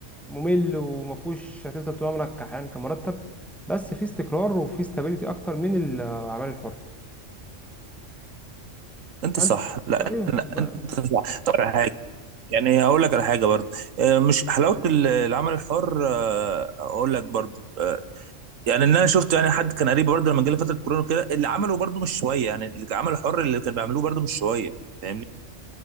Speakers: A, in the centre; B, on the right.
A: ممل ومفهوش هتفضل طول عمرك كحيان كمرتب بس في استقرار وفي استابيليتي اكتر من العمل الحر
B: انت
A: فانت
B: صح لا
A: ايوه
B: لا
A: بقى-
B: انت صح طب على حاجه يعني هقول لك على حاجه برضه آه، مش حلاوه ال- العمل الحر آه، اقول لك برضه آه، يعني ان انا شفت يعني حد كان قريب برضه لما جالي فتره كورونا كده اللي عمله برضه مش شويه يعني اللي عمله حر اللي كان بيعملوه برضه مش شويه فاهمني